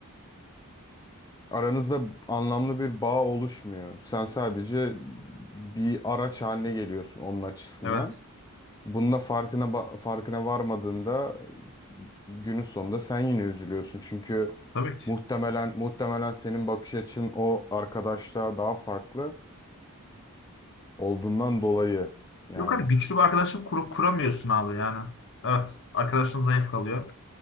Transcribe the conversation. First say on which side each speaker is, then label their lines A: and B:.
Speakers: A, on the left (about 15°); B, on the left (about 55°).
A: Aranızda anlamlı bir bağ oluşmuyor. Sen sadece bir araç haline geliyorsun onun açısından.
B: Evet.
A: Bununla farkına ba- farkına varmadığında günün sonunda sen yine üzülüyorsun. Çünkü
B: Tabii ki.
A: muhtemelen muhtemelen senin bakış açın o arkadaşlığa daha farklı olduğundan dolayı yani.
B: Yok abi güçlü bir arkadaşlık kurup kuramıyorsun abi yani. Evet. Arkadaşın zayıf kalıyor.